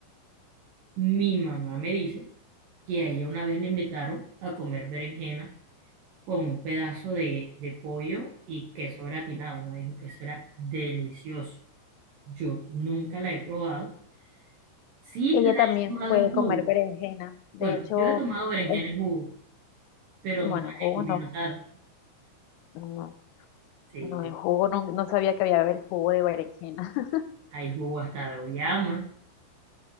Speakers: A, on the right; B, on the left.
A: Mi mamá me dice que a ella una vez le invitaron a comer berenjena con un pedazo de, de pollo y queso gratinado. Me dijo que eso era delicioso. Yo nunca la he probado Sí,
B: Ella
A: la
B: también
A: he tomado
B: puede
A: en jugo.
B: comer berenjena. De
A: Bueno,
B: hecho,
A: yo he tomado berenjena
B: es-
A: en jugo, pero
B: bueno,
A: no la
B: jugo
A: he comido
B: no,
A: asada.
B: no,
A: Sí,
B: no en jugo, no, no sabía que había haber jugo de berenjena. <laughs>
A: hay jugo hasta de oyama.